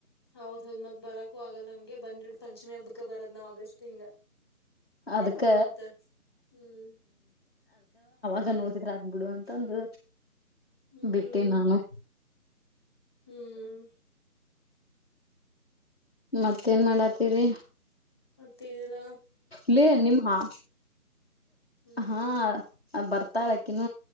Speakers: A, on the left; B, on the left.
A: ಹೌದದ್ ಮತ್ ಬರಕು ಆಗಲ್ಲ ನಮ್ಗೆ ಬಂದ, ಪಂಚಮಿ ಹಬ್ಬಕ್ಕೆ ಬರದ್ ನಾವ್ ಆಗಸ್ಟ್ ಹಿಂಗ
B: ಅದಕ್ಕ
A: ಏನ್ ಒಂದ್ ಮಂತ್ ಹ್ಮ್,
B: ಈಗ ನೋಡಿದ್ರ ಆಗ್್ಬಿಡು ಅಂತ ಒಂದು
A: ಹ್ಮ್
B: ಬಿಟ್ಟೆ ನಾನು
A: ಹ್ಮ್
B: ಮತ್ತೇನ್ ಮಾಡಾತೀರಿ?
A: ತೇಲ್ಲ
B: ಲ್ಲೇ ನಿಮ ಹಾ
A: ಹ್ಮ್
B: ಹಾ ಬರ್ತಾಳಾಕಿನ